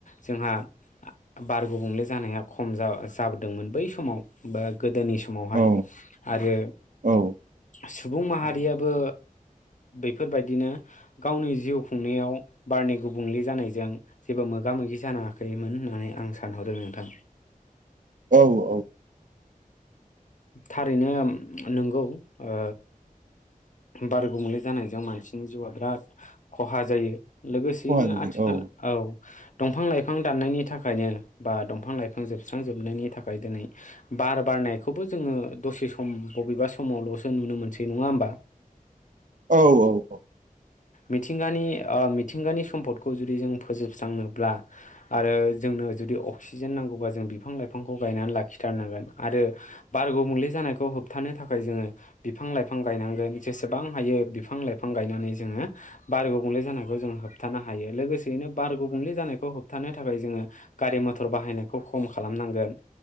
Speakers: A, on the left (about 60°); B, on the right (about 60°).
A: जोंहा बार आ‌ गुबुंले जानाया खम जा जाबोदोंमोन बै समाव बा गोदोनि समावहाय
B: औ
A: आरो
B: औ
A: सुबुं माहारियाबो बैफोरबायदिनो गावनि जिउ खुंनायाव बारनि गुबुंले जानायजों जेबो मोगा मोगि जानाङाखैमोन होननानै आं सानहरो नोंथां।
B: औ औ
A: थारैनो नंगौ ओ बारगुंबुंले जानायजों मानसिनि जिउआ बिराद खहा जायो। लोगोसेयैनो
B: खहा गोग्लैयो
A: आथिखाल औ दंफां लाइफां दाननायनि थाखायनो बा दंफां लाइफां जोबस्रांजोबनायनि थाखाय दिनै बार बारनायखौबो जोङो दसे सम बबेबा समावल'सो नुनो मोनसै नङा होमबा?
B: औ औ औ
A: मिथिंगानि ओ मिथिंगानि सम्फदखौ जुदि जों फोजोबस्रांनोब्ला आरो जोंनो जुदि अक्सिजेन नांगौबा जों बिफां लाइफांखौ गायनानै लाखिथारनांगोन आरो बार गुबुंले जानायखौ होबथानो थाखाय जोङो बिफां लाइफां गायनांगोन। जेसेबां हायो बिफां लाइफां गायनानै जोङो बार गुबुंले जानायखौ जों होबथानो हायो लोगोसेयैनो बार गुबुंले जानायखौ होबथानो थाखाय जोङो गारि मथर बाहायनायखौ खम खालामनांगोन